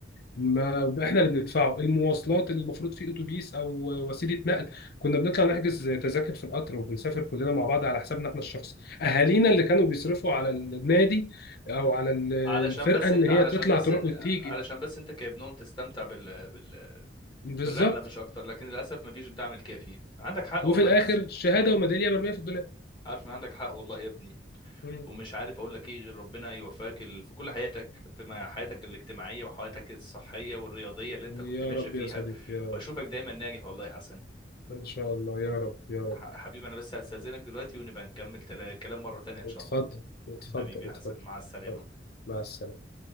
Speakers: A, on the left (about 60°); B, on the left (about 25°).
A: ما احنا اللي بندفعه المواصلات اللي المفروض في اتوبيس او وسيله نقل كنا بنطلع نحجز تذاكر في القطر وبنسافر كلنا مع بعض على حسابنا احنا الشخصي اهالينا اللي كانوا بيصرفوا على النادي او على ال-
B: علشان
A: الفرقه
B: بس
A: ان
B: انت
A: هي
B: علشان
A: تطلع
B: بس
A: تروح
B: انت
A: وتيجي
B: علشان بس انت كابنهم تستمتع بال... بال...
A: بالظبط
B: بالرحله مش اكتر لكن للاسف ما فيش الدعم الكافي عندك حق
A: وفي
B: والله
A: الاخر
B: يا حسن
A: شهاده وميداليه مرميه في الدولاب
B: عارف ان عندك حق والله يا ابني
A: مم.
B: ومش عارف اقول لك ايه غير ربنا يوفقك ال... في كل حياتك في ما- حياتك الاجتماعيه وحياتك الصحيه والرياضيه اللي انت
A: يا
B: كنت ماشي
A: رب
B: فيها
A: يا صديقي يا رب
B: واشوفك دايما ناجح والله يا حسن
A: ان شاء الله يا رب يا رب
B: ح... حبيبي انا بس هستاذنك دلوقتي ونبقى نكمل تلا... كلام مره تانية ان
A: اتفضل
B: شاء الله
A: اتفضل
B: حبيبي يا
A: اتفضل
B: حسن مع السلامة
A: اتفضل. مع السلامه